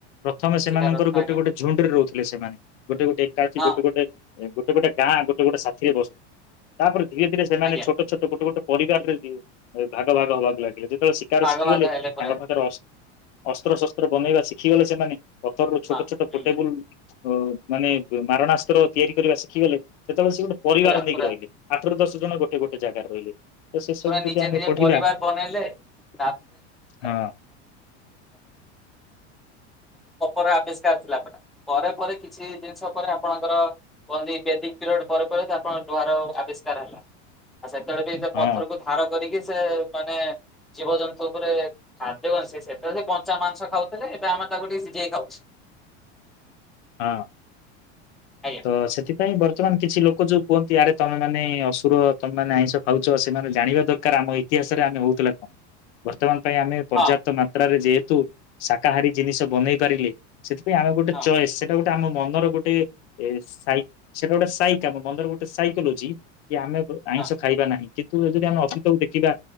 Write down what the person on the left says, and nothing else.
ପ୍ରଥମେ ସେମାନଙ୍କର
ଗୋଟେ
ଗୋଟେ ଝୁଣ୍ଡରେ ରହୁ ଲେ ସେମାନେ ଗୋଟେ ଗୋଟେ ଏକା ଅଛି
ଗୋ ଗୋଟେ ଗୋଟେ ଗୋଟେ ଗାଁ ଗୋଟେ ଗୋଟେ ସାଥିରେ ବସୁ ତାପରେ ଧୀରେ ଧୀରେ ସେମାନେ
ଛୋଟ ଛୋଟ ଗୋଟେ ଗୋଟେ ପରିବାରରେ ଦିଏ। ଭାଗ ଭାଗ ହବାକୁ ଲାଗିଲେ ଯେ କେତେବେଳେ ଶିକାର
ଶିଖିଗଲେ
ତାଙ୍କ ପାଖରେ ଅ ଅସ୍ତ୍ର ଶସ୍ତ୍ର ବନେଇବା ଶିଖିଗଲେ ସେମାନେ ପଥର ଛୋଟ
ଛୋଟ
ଗୋଟେବୁଲ ମାନେ ମାରଣାସ୍ତ୍ର ତିଆରି କରିବା ଶିଖିଗଲେ ଯେତେଳେ ସେ ଗୋଟେ ପରିବାର
ନେଇକି
ରହିଲେ। ଆଠର ଦଶ ଜଣ ଗୋଟେ ଗୋଟେ ଜାଗାରେ ରହିଲେ। ତ ସେ ସବୁ
ଯଦି
ଆମେ
ପଢିବା
ହଁ
ହଁ
ହୁଁ
ତ ସେଥିପାଇଁ ବର୍ତ୍ତମାନ କିଛି ଲୋକ ଲୋକ ଯୋଉ କୁହନ୍ତି ଆରେ ତମେ ମାନେ ଅସୁର ତମୋନେ ଆଇଁଷ ଖାଉଛ ସେମାନେ ଜାଣିବା ଦରକାର ଆମ ଇତିହାସରେ ଆମେ ହଉଥିଲା କଣ ବର୍ତ୍ତମାନ ପାଇଁ ଆମେର୍ଯପ୍ତ
ମାତ୍ରାରେ ଯେହତ ଶାକାହାରୀ ଜିନିଷ ବନେଇ ପାରିଲେ। ସେଥିପାଇଁ ଆମେ ଗୋଟେ
ଚଏସ ଆମ ମନର ଗୋଟେ ସାଇ ସେଇଟା ଗୋଟେ ସାଇକ୍ ଆମ ମନର ଗୋଟେ ସାଇକୋଲୋଜି କି ଆମେ ଆଇଁଷ
ଖାଇବା ନାହିଁ କି? ତୁ ଯଦି ଆମେ ଅସତକୁ ଦେଖିବା